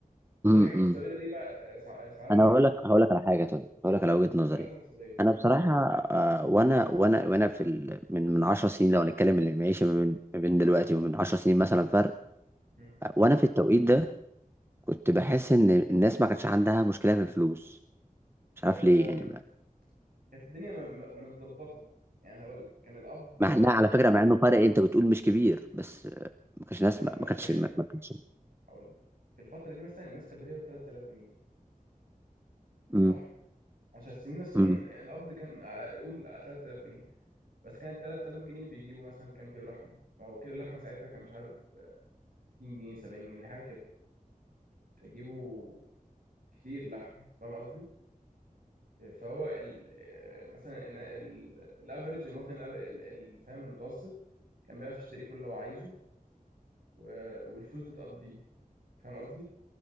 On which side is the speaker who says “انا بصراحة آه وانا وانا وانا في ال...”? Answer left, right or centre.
Right